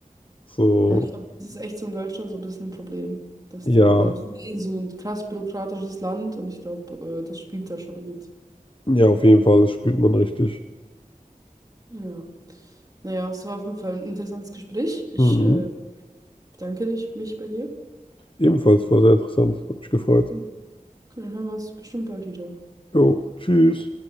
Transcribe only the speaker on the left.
So,
ja,
ja, auf jeden Fall, das spürt man richtig.
Mhm.
Ebenfalls war sehr interessant, hat mich gefreut.
Jo, tschüss.